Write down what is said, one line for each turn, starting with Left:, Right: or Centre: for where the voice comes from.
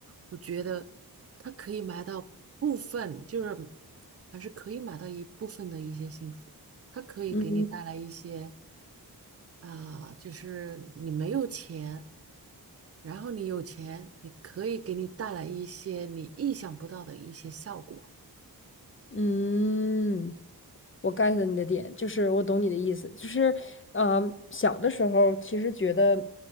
Right: 我觉得它可以买到部分，就是还是可以买到一部分的一些幸福，它可以给你带来一些。
Left: 嗯
Right: 啊、就是你没有钱，然后你有钱，你可以给你带来一些你意想不到的一些效果。
Left: 嗯，我 get 你的点，就是我懂你的意思，就是，呃，小的时候其实觉得，